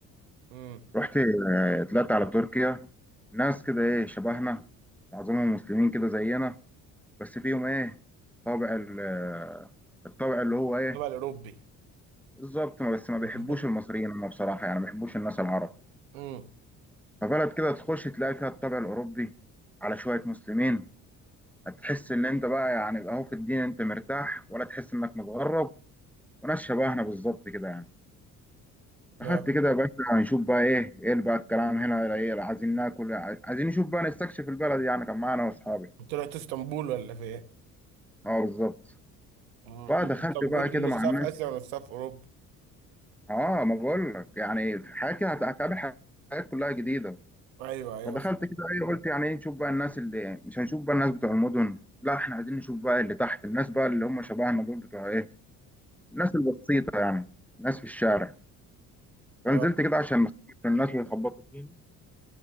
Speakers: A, on the right; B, in the centre.
A: امم
B: رحت آه، طلعت على تركيا ناس كده إيه شبهنا معظمهم مسلمين كده زينا بس فيهم إيه طابع ال- آه، الطابع اللي هو إيه
A: بقى الاوروبي
B: بالظبط ما- بس ما بيحبوش
A: <laughs>
B: المصريين هم بصراحة يعني ما بيحبوش الناس العرب
A: امم
B: فبلد كده تخش تلاقي فيها الطابع الأوروبي على شوية مسلمين هتحس إن أنت بقى يعني أهو في الدين أنت مرتاح ولا تحس إنك متغرب وناس شبهنا بالظبط كده يعني دخلت
A: يا.
B: كده يا باشا هنشوف بقى إيه إيه بقى الكلام هنا إيه عايزين ناكل عايزين نشوف بقى نستكشف البلد يعني كان معانا وأصحابي
A: طلعت اسطنبول ولا فين
B: أه بالظبط
A: مم.
B: فدخلت
A: اسطنبول
B: بقى كده
A: دي نصها
B: مع الناس
A: في اسيا ونصها في اوروبا
B: أه ما بقول لك يعني في حياتي هت- هتقابل حاجات كلها جديدة
A: ايوه ايوه
B: فدخلت
A: فعلا
B: كده ايه قلت يعني ايه نشوف بقى الناس اللي مش هنشوف بقى الناس بتوع المدن لا احنا عايزين نشوف بقى اللي تحت الناس بقى اللي هم شبهنا دول بتوع ايه الناس البسيطة يعني الناس في الشارع فنزلت
A: آه،
B: كده عشان ما أخبطش الناس ويخبطوا فيني